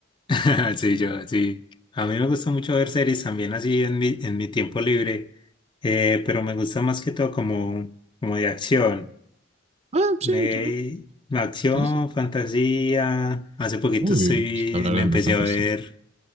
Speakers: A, on the left (about 25°); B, on the right (about 35°).
A: <laughs> Sí, yo, sí. A mí me gusta mucho ver series también así en mi, en mi tiempo libre, eh, pero me gusta más que todo como, como de acción.
B: Ah, sí,
A: Me,
B: también.
A: acción,
B: Sí, sí. sí.
A: fantasía. Hace poquito
B: Uy,
A: estoy,
B: sí que hablar
A: me
B: de
A: empecé
B: mi fantasía,
A: a ver